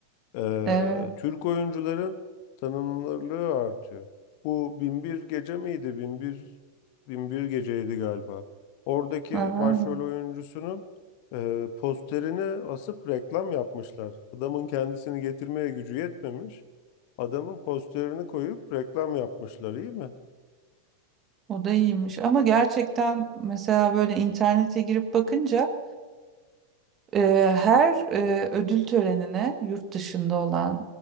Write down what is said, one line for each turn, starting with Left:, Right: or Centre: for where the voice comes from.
Left: Ee,
Right: Evet.
Left: Türk oyuncuların tanınırlığı artıyor. Bu bin bir Gece miydi? bin bir bin bir Gece'ydi galiba. Oradaki
Right: Aha,
Left: başrol
Right: evet.
Left: oyuncusunun e, posterini asıp reklam yapmışlar. Adamın kendisini getirmeye gücü yetmemiş. Adamın posterini koyup reklam yapmışlar, iyi mi?
Right: o da iyiymiş ama gerçekten mesela böyle internete girip bakınca Eee, her eee, ödül törenine yurt dışında olan